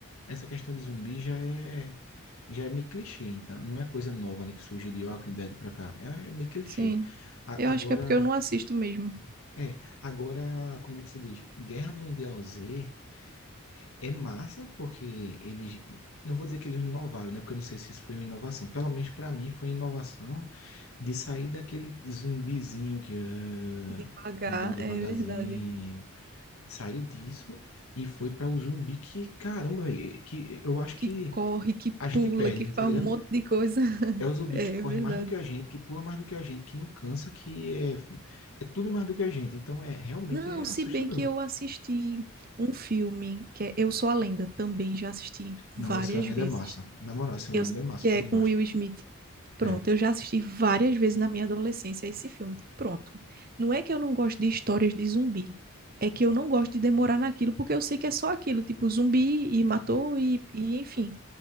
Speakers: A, on the left; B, on the right.
A: essa questão de zumbi já é já é meio clichê, então não é coisa nova, né, que surgiu de Walking Dead pra cá. É, é meio clichê.
B: Sim,
A: A-
B: eu
A: agora
B: acho que é porque eu não assisto mesmo.
A: É, agora, como é que se diz? Guerra Mundial Z é massa porque eles, não vou dizer que eles inovaram, né? Porque eu não sei se isso foi uma inovação. Pelo menos para mim foi inovação de sair daquele zumbizinho que ah,
B: De pagar,
A: andando devagarzinho.
B: é verdade.
A: Saiu disso e foi para o zumbi que, caramba, véi, que eu acho que
B: Que corre, que
A: a gente
B: pula,
A: perde,
B: que faz
A: tá ligado?
B: um monte de coisa. <laughs>
A: É o zumbi
B: É
A: que corre
B: verdade.
A: mais do que a gente, que pula mais do que a gente, que não cansa, que é, é tudo mais do que a gente. Então, é realmente
B: Não,
A: é
B: se
A: assustador.
B: bem que eu assisti um filme que é Eu Sou a Lenda, também já assisti
A: Não,
B: várias
A: esse Belém
B: vezes.
A: é massa. Na moral, esse Belém
B: Eu,
A: é massa,
B: que
A: eu
B: é
A: também
B: com
A: gosto.
B: Will Smith. Pronto,
A: É.
B: eu já assisti várias vezes na minha adolescência esse filme. Pronto. Não é que eu não gosto de histórias de zumbi. É que eu não gosto de demorar naquilo, porque eu sei que é só aquilo, tipo zumbi e matou e, e enfim.